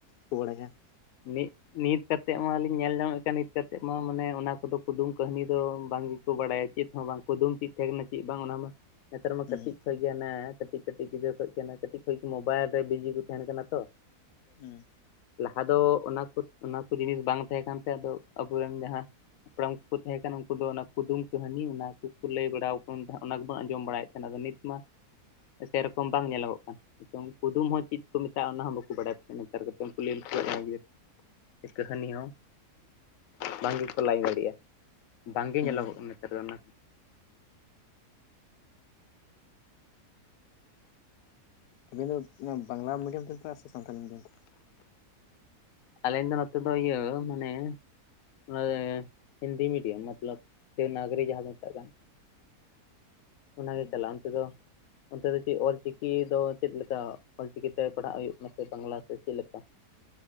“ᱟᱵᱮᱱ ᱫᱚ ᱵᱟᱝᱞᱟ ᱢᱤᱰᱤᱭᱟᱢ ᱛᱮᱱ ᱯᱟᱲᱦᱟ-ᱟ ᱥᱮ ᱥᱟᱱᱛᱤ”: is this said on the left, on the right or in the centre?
Left